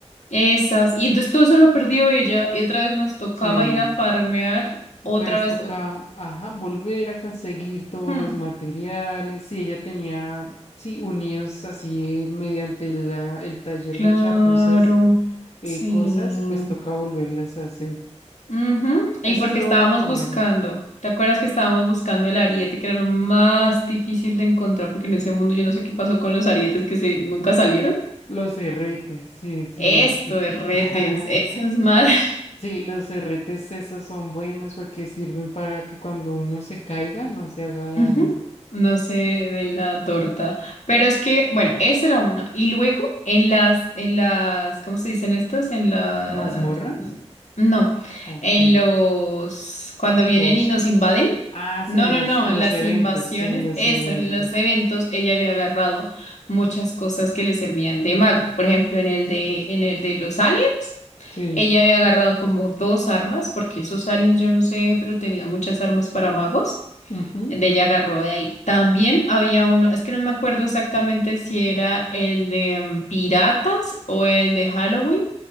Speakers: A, on the left; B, on the left.
A: Esas. Y entonces todo eso lo perdió ella, y otra vez nos tocaba
B: Sí.
A: ir a farmear, otra
B: Entonces
A: vez.
B: toca,
A: o-
B: ajá, volver a conseguir todos
A: hmm,
B: los materiales. Sí, ella tenía, sí, unidos así mediante la, el taller
A: Claro,
B: de chapuzas, eh,
A: sí.
B: cosas, pues toca volverlas a hacer.
A: Ujú, Y
B: Eso
A: porque
B: es lo
A: estábamos
B: único
A: buscando,
B: malo.
A: ¿te acuerdas que estábamos buscando el ariete, que era lo más difícil de encontrar? Porque en ese mundo yo no sé qué pasó con los arietes que se nunca salieron.
B: Los erretes, sí, es cierto.
A: Esto, retes,
B: <laughs>
A: esas madres.
B: Sí, los erretes esos son buenos porque sirven para que cuando uno se caiga no se haga daño.
A: Ujú. No sé de la torta, pero es que, bueno, esa era una. Y luego en las, en las, ¿cómo se dicen estas? En las,
B: ¿Mazmorras?
A: no,
B: Ok.
A: en los, cuando
B: ¿Voces?
A: vienen y nos invaden.
B: Ah, sí,
A: No,
B: en
A: no,
B: las,
A: no,
B: en
A: en
B: los
A: las
B: eventos,
A: invasiones,
B: en los
A: eso,
B: eventos.
A: en los eventos, ella había agarrado muchas cosas que le servían de mago. Por ejemplo, en el de, en el de los aliens.
B: Sí.
A: Ella había agarrado como dos armas, porque esos aliens, yo no sé, pero tenían muchas armas para magos.
B: ujú,
A: De ella agarró de ahí. También había uno, es que no me acuerdo exactamente si era el de mm, Piratas o el de Halloween,